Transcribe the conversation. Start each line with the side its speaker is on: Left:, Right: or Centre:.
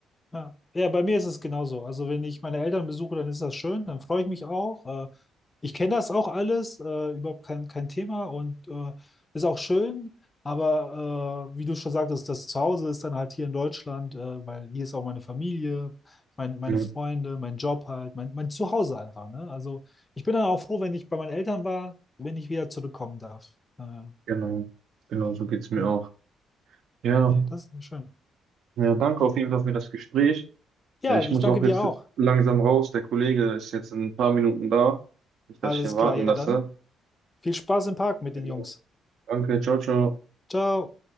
Left: Ja. Ja, bei mir ist es genauso. Also wenn ich meine Eltern besuche, dann ist das schön, dann freue ich mich auch. Äh, ich kenne das auch alles, äh, überhaupt kein, kein Thema und äh, ist auch schön. Aber äh, wie du schon sagtest, das Zuhause ist dann halt hier in Deutschland, äh, weil hier ist auch meine Familie, mein, meine
Right: Mhm,
Left: Freunde, mein Job halt, mein, mein Zuhause einfach. Ne? Also ich bin dann auch froh, wenn ich bei meinen Eltern war, wenn ich wieder zurückkommen darf. Äh,
Right: Genau, genau, so geht's mir
Left: ja,
Right: auch. Ja,
Left: nee, das ist schön.
Right: ja, danke auf jeden Fall für das Gespräch.
Left: Ja,
Right: Äh, Ich
Left: ich
Right: muss
Left: danke
Right: auch
Left: dir
Right: jetzt
Left: auch.
Right: langsam raus. Der Kollege ist jetzt in ein paar Minuten da. Nicht,
Left: Alles
Right: dass ich ihn warten
Left: klar, ja
Right: lasse.
Left: dann. Viel Spaß im Park mit
Right: Jo,
Left: den Jungs.
Right: Danke, ciao, ciao.
Left: Ciao.